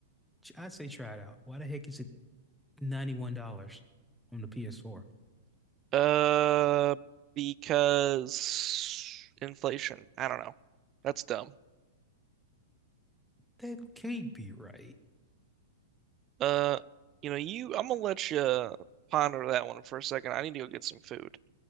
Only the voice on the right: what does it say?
Uh, because inflation. I don't know. That's dumb.
Uh, you know, you. I'm gonna let you ponder that one for a second. I need to go get some food.